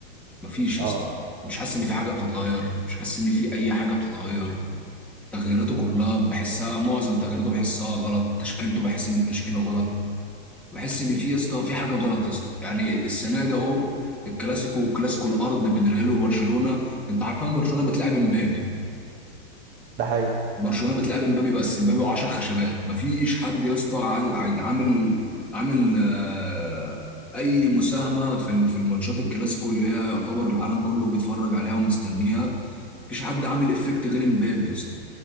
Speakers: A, in the centre; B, on the right (about 30°).
A: مفيش
B: اه
A: يا اسطى مش حاسس ان في حاجه بتتغير مش حاسس ان في اي حاجه بتتغير تغييراته كلها بحسها معظم تغييراته بحسها غلط تشكيلته بحس ان التشكيله غلط بحس ان في يا اسطى في حاجه غلط يا اسطى يعني السنه ده اهو الكلاسيكو والكلاسيكو الارض بين ريال وبرشلونه انت عارفان برشلونه بتلعب امبابي
B: ده حقيقي
A: برشلونه بتلعب امبابي بس امبابي و10 خشبات مفيش حد يا اسطى عن- عن- عامل عامل آه، اي مساهمه في ال- في الماتشات الكلاسيكو اللي هي يعتبر العالم كله بيتفرج عليها ومستنيها مفيش حد عامل افكت غير امبابي يا اسطى